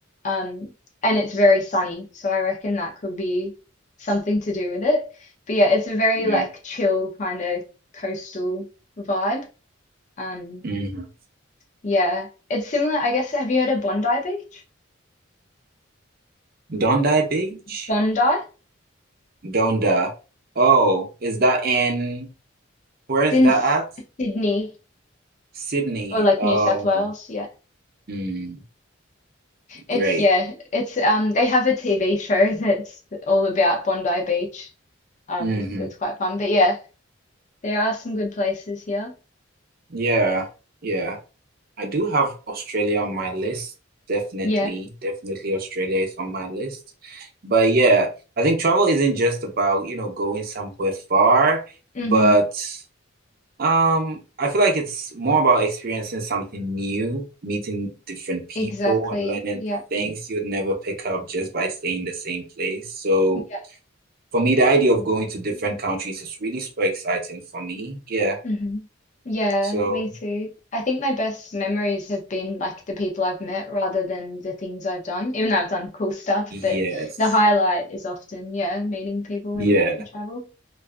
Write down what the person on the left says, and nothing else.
Um, and it's very sunny, so I reckon that could be something to do with it. But yeah, it's a very
like chill kind of coastal vibe. Um,
yeah. It's similar, I guess. Have you heard of Bondi Beach?
Bondi? It's
in
S-
Sydney
or like
New South Wales. Yeah.
It's yeah, it's um they have a TV show <laughs> that's all about Bondi Beach. Um,
that's quite fun. But yeah, there are some good places here.
Yeah.
Mm-hmm.
Exactly.
Yeah.
Yeah.
Mm-hmm. Yeah,
me too. I think my best memories have been like the people I've met rather than the things I've done, even though I've done cool stuff,
but the highlight is often, yeah, meeting people when
I travel.